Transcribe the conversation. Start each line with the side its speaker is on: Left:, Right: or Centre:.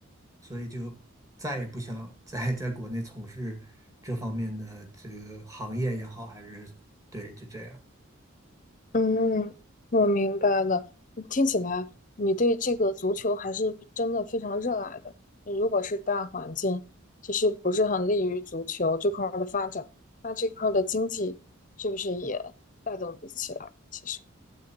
Right: 所以就再也不想 <laughs> 再在国内从事这方面的这个行业也好，还是对，就这样。
Left: 嗯，我明白了。听起来你对这个足球还是真的非常热爱的。如果是大环境其实不是很利于足球这块儿的发展，那这块儿的经济是不是也带动不起来？其实，